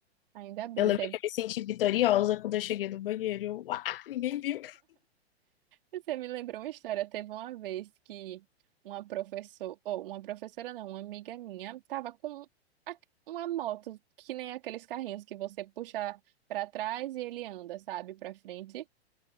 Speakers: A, on the right; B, on the left.
A: Ainda bem,
B: Eu lembro
A: teve
B: que eu me senti vitoriosa quando eu cheguei no banheiro. Eu, uá, ninguém viu.
A: Você me lembrou uma história. Teve uma vez que uma professora, ou uma professora não, uma amiga minha, estava com a- uma moto, que nem aqueles carrinhos que você puxa para trás e ele anda, sabe, para frente.